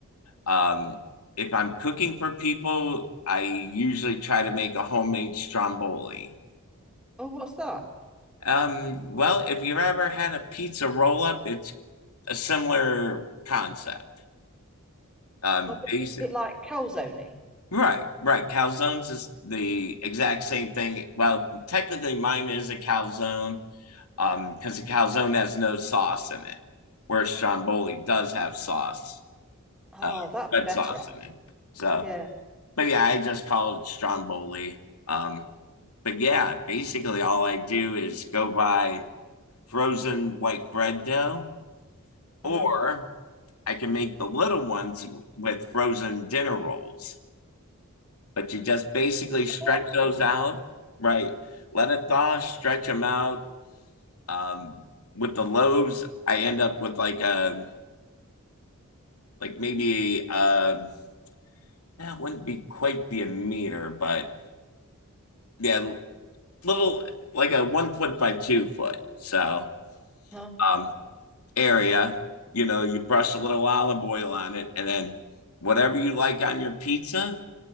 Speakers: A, on the left (about 80°); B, in the centre.
A: um, if I'm cooking for people, I usually try to make a homemade stromboli.
B: Oh, what's that?
A: Um, well, if you've ever had a pizza roll up, it's a similar concept. Um,
B: Oh, a bit,
A: basic.
B: bit like calzone.
A: Right, right. Calzones is the exact same thing. Well, technically, mine is a calzone um, because a calzone has no sauce in it, whereas stromboli does have sauce.
B: Oh,
A: uh,
B: that'd
A: red
B: be better.
A: sauce
B: ac-
A: in it. So,
B: Yeah.
A: but yeah, I just call it stromboli. Um, but yeah, basically all I do is go buy frozen white bread dough, or
B: Uh-huh.
A: I can make the little ones with frozen dinner rolls. But you just basically stretch
B: Oh,
A: those
B: okay.
A: out, right? Let it thaw, stretch them out. Um, with the loaves, I end up with like a like maybe um, that wouldn't be quite be a meter, but yeah, little like a one foot by two foot. So
B: Uh-huh.
A: um area, you know, you brush a little olive oil on it, and then whatever you like on your pizza,